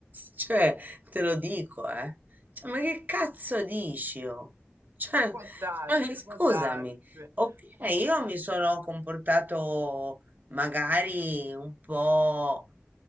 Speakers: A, on the right; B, on the right.
A: cioè, te lo dico, eh. Cioè, ma che cazzo dici, oh? Cioè,
B: Può darsi,
A: ma scusami,
B: può darsi,
A: ok,
B: può darsi.
A: io mi sono comportato magari un po'...